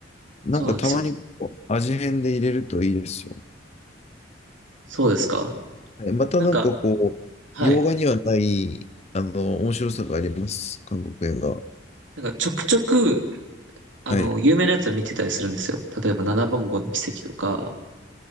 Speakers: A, on the left; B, on the right.
A: なんかたまにこう味変で入れるといいですよ。
B: そうなんですよ。そうですか。
A: はい、またなんかこう、
B: なんか、はい。
A: 洋画にはない、あの、面白さがあります。韓国映画。
B: なんか、ちょくちょく、あの、
A: はい、
B: 有名なやつは見てたりするんですよ。例えば、七番坊の奇跡とか、